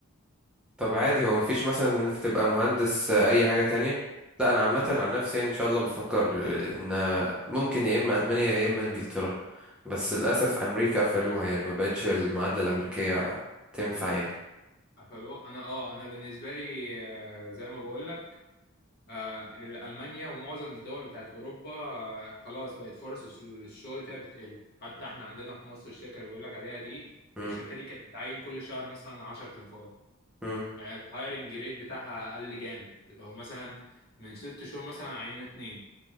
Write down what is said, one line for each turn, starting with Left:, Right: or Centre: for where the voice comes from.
Centre: طب عادي هو مفيش مثلا إنك تبقى مهندس آه، أي حاجة تانية لا أنا عامة عن نفسي يعني إن شاء الله بفكر آه، إن آه، ممكن يا إما ألمانيا يا إما إنجلترا بس للأسف أمريكا قفلوها يعني ما بقتش المعادلة الأمريكية تنفع يعني
Left: قفلوه انا اه انا بالنسبه لي آه، زي ما بقول لك آه، لألمانيا ومعظم الدول بتاعت أوروبا آه، خلاص بقت فرص الشغل فيها بتقل حتى احنا عندنا في مصر الشركة اللي بقول لك عليها دي
Centre: مم.
Left: الشركة دي كانت بتعين كل شهر مثلا 10 تنفار
Centre: مم.
Left: الهايرنج ريت بتاعها قل جامد بقوا مثلا من ست شهور مثلا عينوا اتنين